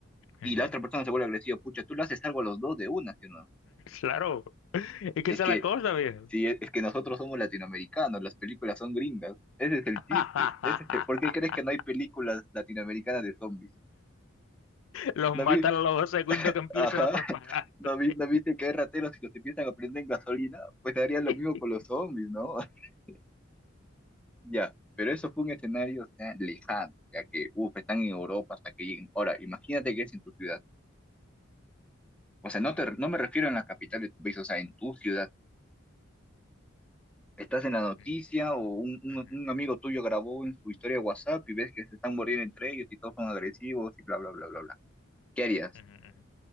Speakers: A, on the left; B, in the centre.
A: <laughs>
B: y la otra persona se vuelve agresiva, pucha, tú le haces algo a los dos de una, ¿sí o no?
A: Claro, es que
B: Es
A: esa
B: que,
A: es la cosa, viejo.
B: sí, es es que nosotros somos latinoamericanos, las películas son gringas, ese es el
A: <laughs>
B: chiste, ese es el- ¿por qué crees que no hay películas latinoamericanas de zombies?
A: Los
B: ¿No,
A: matan
B: vi-
A: a los dos segundos que empiezan
B: Ajá.
A: a propagarse.
B: <laughs> ¿No, vi- no viste que hay rateros y los empiezan a prender en gasolina? Pues harían lo
A: <laughs>
B: mismo con los zombies, ¿no? <laughs> Ya, pero eso fue un escenario, o sea, lejano, ya que, uff, están en Europa hasta que lleguen. Ahora, imagínate que es en tu ciudad. O sea,
A: Mm,
B: no, te, no me refiero en la capital de tu país, o sea, en tu ciudad estás en la noticia
A: mm,
B: o un, un-
A: ujú,
B: un amigo tuyo grabó en su historia de WhatsApp y ves que se están muriendo entre ellos y todos son agresivos y bla, bla, bla, bla, bla. ¿Qué harías?
A: ujú, ujú.